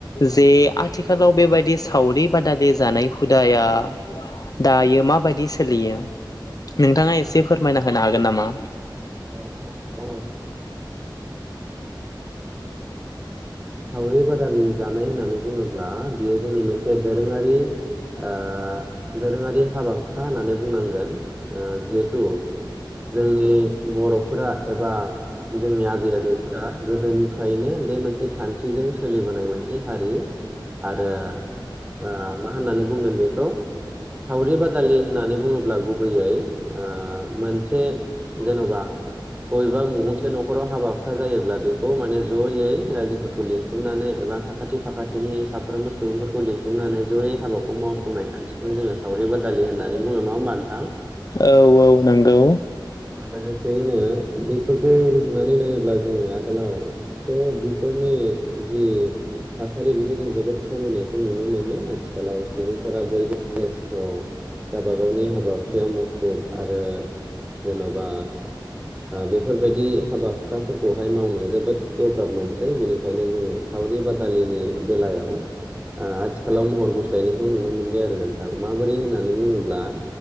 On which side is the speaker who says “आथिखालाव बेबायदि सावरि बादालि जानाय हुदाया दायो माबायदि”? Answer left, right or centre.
Left